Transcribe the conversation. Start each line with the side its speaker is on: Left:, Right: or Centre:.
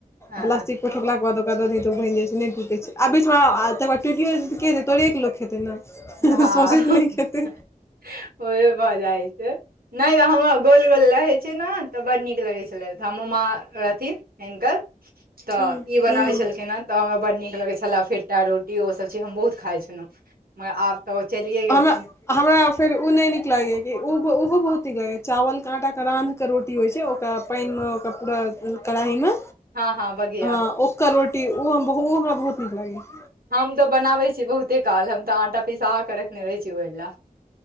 Right: हँ
Left: प्लास्टिक ओठकलाक बाद ओकाद द हतै ओ बनि जाइ छै नहिटूटै छै आ बीच तकर टिओ हतै तोरेक लोक खेतै ना
Right: हँ
Left: सोसे तऽ नहि खेतै
Right: होए भऽ जाइ छै नहि तऽ हमर गोल गोल रहै छै ने तऽ बड्ड नीक लगै छलैऽ हमरो माँ रहथिन हिनकर
Left: ह
Right: तऽ ई बनाबै
Left: ह
Right: छलखिन हन तऽ हमरा बड नीक लगै छलै फेटा रोटी ओसभ चीज हम बहुत खाइत छलहुँ मगर आब तऽ ओ चलिय गेलखिन
Left: हमरा हमरा फेर उ नहि नीक लागेया ओहो बहुत नीक लागे चावल केआटा के रानह के रोटी होइ छै ओकरा पानि मे ओ पूरा कढाई मे
Right: हँ हँ बगिया
Left: अ ओ करोटी ओ ओ हमरा बहुत नीक लागैया
Right: हम तऽ बनाबै छी बहुते काल हम तऽ आटा पिसा कऽ रखने रहैत छी ओहि लए